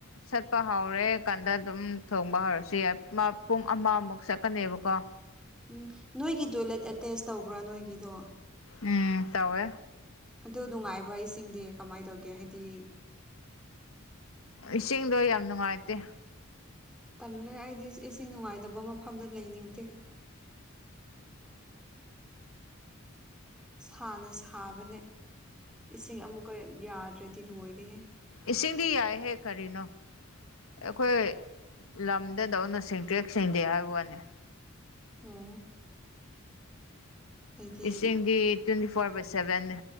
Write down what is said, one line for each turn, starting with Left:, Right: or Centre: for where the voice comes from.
Left: ꯆꯠꯄ ꯍꯧꯔꯦ ꯀꯥꯟꯗ ꯑꯗꯨꯝ ꯊꯣꯡꯕ ꯍꯧꯔꯁꯨ ꯌꯥꯏ ꯄꯨꯡ ꯑꯃꯃꯨꯛ ꯆꯠꯀꯅꯤꯕꯀꯣ
Centre: <inaudible> ꯎꯝ ꯅꯣꯏꯒꯤ ꯇꯣꯏꯂꯦꯠ ꯑꯦꯇꯦꯆ ꯇꯧꯕ꯭ꯔꯥ ꯅꯣꯏꯒꯤꯗꯣ
Left: ꯑꯦ ꯇꯧꯋꯦ
Centre: ꯑꯗꯨ ꯅꯨꯡꯉꯥꯏꯕ꯭ꯔꯥ ꯏꯁꯤꯡꯗꯤ ꯀꯃꯥꯏꯅ ꯇꯧꯒꯦ ꯍꯥꯏꯗꯤ
Left: ꯏꯁꯤꯡꯗꯣ ꯌꯥꯝ ꯅꯨꯡꯉꯥꯏꯇꯦ
Centre: ꯇꯜꯂꯦ ꯑꯩꯗꯤ ꯏꯁꯤꯡ ꯅꯨꯡꯉꯥꯏꯇꯕ ꯃꯐꯝꯗ ꯂꯩꯅꯤꯡꯇꯦ ꯁꯥꯅ ꯁꯥꯕꯅꯦ ꯏꯁꯤꯡ ꯑꯃꯨꯛꯀ ꯌꯥꯗ꯭ꯔꯗꯤ ꯂꯣꯏꯔꯦꯍꯦ
Left: ꯏꯁꯤꯡꯗꯤ ꯌꯥꯏꯍꯦ ꯀꯔꯤꯅꯣ ꯑꯩꯈꯣꯏ ꯂꯝꯗꯗꯧꯅ ꯁꯦꯡꯇꯔꯤꯛ ꯁꯦꯡꯗꯦ ꯍꯥꯏꯕ ꯋꯥꯅꯤ
Centre: ꯑꯣ ꯑꯩꯗꯤ
Left: ꯏꯁꯤꯡꯗꯤ ꯇ꯭ꯋꯦꯟꯇꯤ ꯐꯣꯔ ꯕꯥꯏ ꯁꯚꯦꯟꯅꯦ